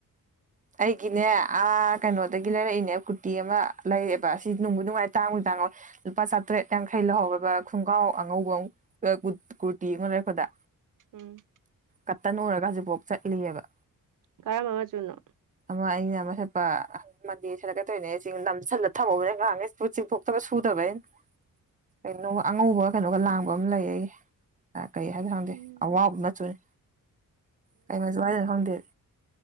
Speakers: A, on the right; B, on the right.
A: ꯑꯩꯒꯤꯅꯦ ꯑꯥ ꯀꯩꯅꯣꯗꯒꯤ ꯂꯩꯔꯛꯏꯅꯦ ꯀꯨꯔꯇꯤ ꯑꯃ ꯂꯩꯌꯦꯦꯕ ꯁꯤ ꯅꯨꯡꯕꯨ ꯅꯨꯡꯉꯥꯏ ꯇꯥꯡꯕꯨ ꯇꯥꯡꯉꯣꯏ ꯂꯨꯄꯥ ꯆꯥꯇ꯭ꯔꯦꯠ ꯌꯥꯡꯈꯩ ꯂꯧꯍꯧꯑꯦꯕ ꯈꯣꯡꯒ꯭ꯔꯥꯎ ꯑꯉꯧꯕ ꯑꯃ ꯀꯨꯔꯇꯤ ꯑꯃ ꯂꯩꯔꯛꯄꯗ
B: ꯎꯝ
A: ꯀꯇꯟ ꯑꯣꯏꯔꯒ ꯍꯧꯖꯤꯛꯐꯥꯎ ꯆꯠꯂꯤꯑꯕ
B: ꯀꯔꯝ ꯃꯃ ꯆꯅꯣ
A: ꯑꯃ ꯑꯩꯅ ꯑꯃ ꯁꯠꯄ ꯃꯟꯗꯤꯔ ꯁꯔꯛ ꯆꯠꯇꯣꯢꯅꯦ ꯑꯩꯁꯦ ꯅꯝꯁꯤꯜꯂ ꯊꯝꯍꯧꯕ ꯉꯥꯡꯍꯥꯟꯈꯩ ꯆꯤꯡꯊꯣꯛꯇꯕ ꯁꯨꯗꯕꯩꯩ ꯀꯩꯅꯣ ꯑꯉꯧꯕ ꯀꯩꯅꯣꯒ ꯂꯥꯡꯕ ꯑꯃ ꯂꯩ ꯑꯩꯒꯤ ꯀꯩ ꯍꯥꯏꯕꯅꯣ ꯈꯪꯗꯦ
B: ꯎꯝ
A: ꯑꯋꯥꯕ ꯃꯆꯨꯅꯤ ꯀꯩ ꯃꯆꯨ ꯍꯥꯏꯗꯣꯏꯅꯣ ꯈꯪꯗꯦ